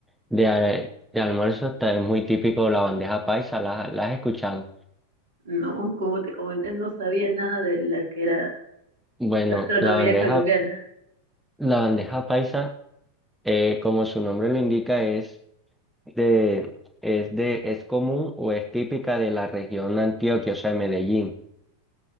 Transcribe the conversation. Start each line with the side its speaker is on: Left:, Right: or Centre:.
Centre: de, al- de almuerzo ta- es muy típico la bandeja paisa, ¿la, la has escuchado?
Right: No, como te comenté, no sabía nada de la que era
Centre: Bueno,
Right: gastronomía
Centre: la bandeja,
Right: colombiana.
Centre: la bandeja paisa, eh, como su nombre lo indica, es de, es de, es común o es típica de la región de Antioquia, o sea, de Medellín.